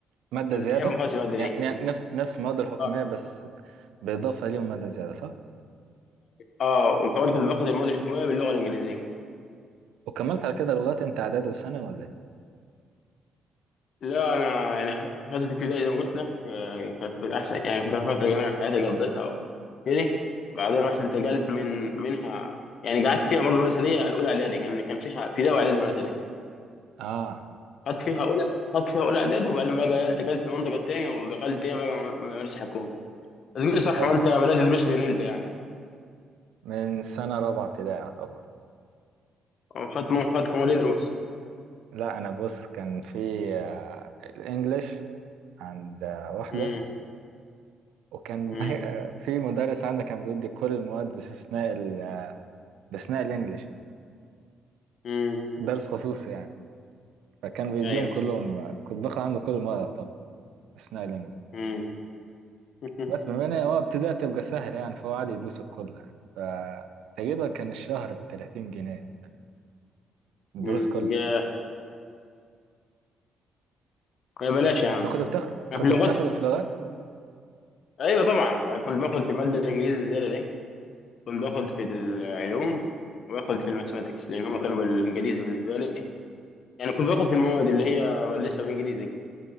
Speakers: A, on the right; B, on the left.
A: مادة
B: كنت
A: زيادة
B: بحب خالص الماده
A: يعني
B: دي
A: يعني نفس نفس المواد الحكومية
B: اه
A: بس بإضافة ليهم مادة زيادة صح
B: آه، وكمان كنت باخد المواد الحكوميه باللغه الانجليزيه
A: وكملت على كده لغات انت إعدادي وثانوي ولا ايه
B: لا انا يعني فتره الابتدائي زي ما قلت لك آه، كانت في الاحسن يعني فتره فتره جميله في حياتي قضيتها وكده بعدين رحت انتقلت من منها يعني قعدت فيها برضه مثليه الاولى اعدادي كان كان فيها ابتدائي واعدادي مثليه
A: اه
B: خدت فيها اولى خدت فيها اولى اعدادي وبعدين بقى إيه، انتقلت للمنطقه الثانيه ودخلت تاني بقى م- مدرسه حكومه تقول لي صح
A: حلو
B: وانت بدات تدرس فين انت يعني
A: من سنة رابعة ابتدائي يعتبر
B: خدت خدت مواد دروس
A: لا انا بص كان في آه، الانجليش عند آه، واحدة
B: امم
A: وكان
B: امم
A: <laughs> آه، في مدرس عندنا كان بيدي كل المواد باستثناء ال- آه، باستثناء الانجليش
B: امم
A: درس خصوصي يعني فكان بيديهم
B: ايوه
A: كلهم آه، كنت باخد عنده كل المواد طبعا اثناء الانجليزي
B: امم <laughs>
A: بس بما ان هو ابتدى تبقى سهله يعني فهو عادي يدوس الكل يعني فتقريبا كان الشهر ب 30 جنيه الدروس
B: امم
A: كلها
B: يا يا بلاش يا عم
A: انت كنت بتاخد
B: أنا
A: كنت
B: في اللغات
A: بتاخده في لغات
B: ايوه طبعا أنا كنت باخد في الماده الانجليزي الزياده دي كنت باخد في العلوم وباخد في الماثماتكس لان هم كانوا بالانجليزي بالنسبه لي يعني كنت باخد في المواد اللي هي بدرسها بالانجليزي